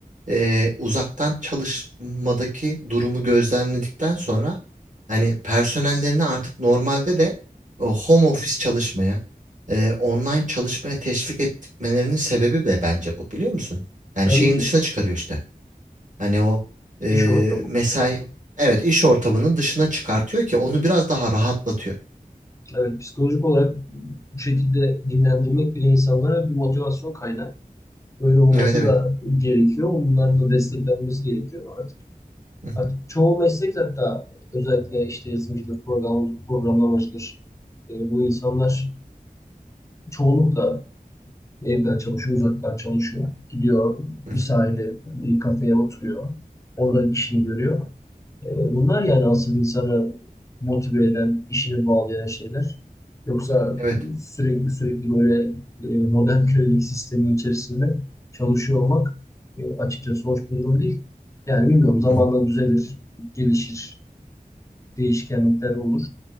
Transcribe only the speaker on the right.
e, uzaktan çalışmadaki durumu gözlemledikten sonra hani personellerini artık normalde de o home office çalışmaya, e, online çalışmaya teşvik etmelerinin sebebi de bence bu biliyor musun? Yani
şeyin
dışına çıkarıyor işte. Hani o e,
mesai, evet iş ortamının dışına çıkartıyor ki onu biraz daha rahatlatıyor.
Evet evet.
Hı hı,
hı
hı.
Evet.
Hı hı.